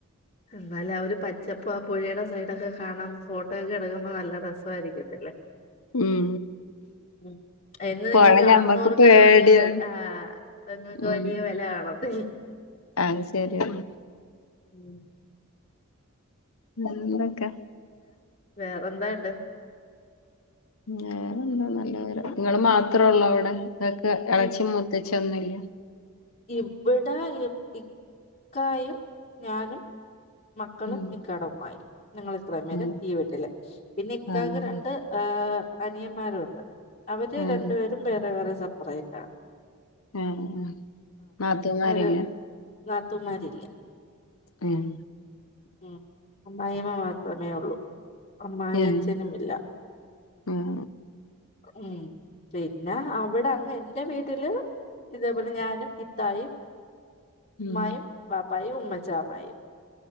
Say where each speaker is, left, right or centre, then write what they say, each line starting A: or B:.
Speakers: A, on the left (about 40°); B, on the left (about 70°).
A: എന്നാലും ആ ഒരു പച്ചപ്പും പുഴയുടെ സൈഡൊക്കെ കാണാൻ ഫോട്ടോ ഒക്കെ എടുക്കുമ്പോ നല്ല രസായിരിക്കത്തില്ലേ
B: ഉം
A: ഉം അയ്‌ന് നിങ്ങക്ക്
B: പൊഴ
A: കാണുന്നോർക്ക്
B: ഞമ്മക്ക് പേടിയാണ്
A: അത് വലിയ വില ആഹ്
B: ഉം
A: വലിയ വില കാണത്തില്ല
B: അത് ശരിയാണ്
A: ഉം
B: എന്തൊക്കെ
A: വേറെ എന്താ ഇണ്ട്
B: വേറെന്താ നല്ല വിവരം
A: ഉം
B: ഇങ്ങള് മാത്രെള്ളൂ അവിടെ ഇങ്ങക്ക് ഇളേച്ചി
A: ഇ
B: മൂത്തച്ചിയൊന്നൂല്ലേ
A: ഇവിടെ ഇക്കായും ഞാനും മക്കളും
B: ഉം
A: ഇക്കാടെ ഉമ്മായും ഞങ്ങള് ഇത്രയും പേര്
B: ഉം
A: ഈ വീട്ടില്. പിന്നെ ഇക്കാക്ക്
B: ആഹ്
A: രണ്ട് ഏഹ് അനിയൻമാരൂണ്ട്. അവര്
B: ഉം
A: രണ്ടു പേരും വേറെ വേറെ സെപ്പറേറ്റാണ്
B: ഉം നാത്തൂമാരില്ലേ
A: ഒരു നാത്തൂമാരില്ല
B: ഉം
A: ഉം അമ്മായിഅമ്മ മാത്രമേ ഉള്ളൂ അമ്മായി
B: ഉം
A: അച്ഛനും ഇല്ല
B: ഉം
A: ഉം പിന്നെ അവിടെ അങ്ങ് എന്റെ വീട്ടില് ഇതേപോലെ ഞാനും ഇത്തായും ഉമ്മായും
B: ഉം
A: വാപ്പായും ഉമ്മച്ചാമ്മായും